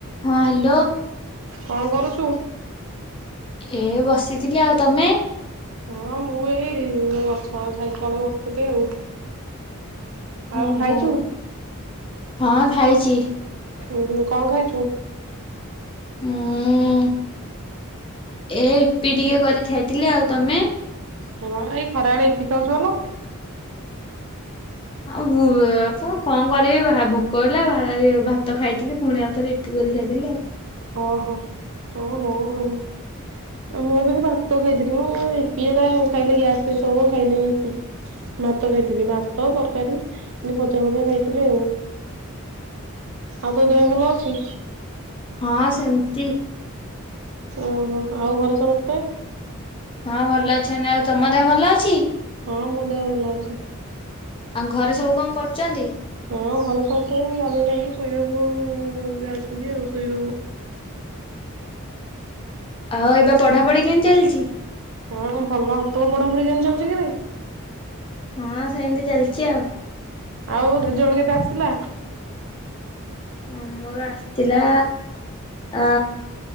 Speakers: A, on the left (about 25°); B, on the right (about 65°).
A: ହଁ ହ୍ୟାଲୋ
B: କଣ କରୁଚୁ?
A: ଏ ବସିଥିଲି ଆଉ ତମେ?
B: ହଁ ମୁଁ ଏଇ ମୁଁ ଗଛଛାଇରେ ତଳେ ବସିଥିଲି ଆଉ। ଆଉ
A: ଓହୋ
B: ଖାଇଚୁ?
A: ହଁ ଖାଇଚି।
B: ଉଁ ହୁଁ କଣ ଖାଇଚୁ?
A: ମୁଁ ଏ ଇପି ଟିକେ କରି ଖାଇଥିଲି ଆଉ ତମେ?
B: ହଁ ଏଇ ଖରାବେଳେ ଇପି ଖାଉଚୁ ଭଲ।
A: ଆଉ ବୁ-ପୁ କଣ କରିବି ଭା-ଭୋକ ହେଲା ଭାଏ-ଭାତ ଖାଇଥିଲି ଫୁଣି ଆଉଥରେ ଇ କରି ଖାଇଦେଲି ଆଉ।
B: ଓହୋ ହଉ ହଉ। ଆଉ। ଆଉ ମୁଁ ବି ସେ ଭାତ ଖାଇଥିଲି ମୁ ଇପୀ ହେରା ଖାଇଲେ ଗ୍ୟାସ ଫ୍ୟାସ ହବ ଖାଏନି ଇପି। ଭାତ ଖାଇଥିଲି ଭାତ ତରକାରୀ ଏମତି ଭଜା ଭଜା ଖାଇଥିଲି ଆଉ। ଆଉ ତୋ ଦେହ ଭଲ ଅଛି?
A: ହଁ ସେମିତି।
B: ଓହୋ ଆଉ ଘରେ ସମସ୍ତେ?
A: ହଁ ଭଲ ଅଛନ୍ତି ଆଉ ତମ ଦେହ ଭଲ ଅଛି?
B: ହଁ ମୋ ଦେହ ଭଲ ଅଛି।
A: ଆଉ ଘରେ ସବୁ କଣ କରୁଚନ୍ତି?
B: ହଁ ଆଉ ଘରେ ସମସ୍ତେ ଗାଧେଇ ଖାଇକି ଶୋଇବାକୁ ଯାଇଚନ୍ତି ଆଉ ଶୋଇବାକୁ
A: ଆଉ ଏବେ ପଢାପଢି କେମିତି ଚାଲିଚି?
B: ହଁ ଭଲ, ତୋ ପଢାପଢି କେମିତି ଚାଲଚି କିରେ?
A: ହଁ ସେନ୍ତି ଚାଲିଚି ଆଉ।
B: ଆଉ ରେଜଲ୍ଟ କେତେ ଆସିଲା?
A: ଅଁ ମୋର ଆସିଥିଲା ଆ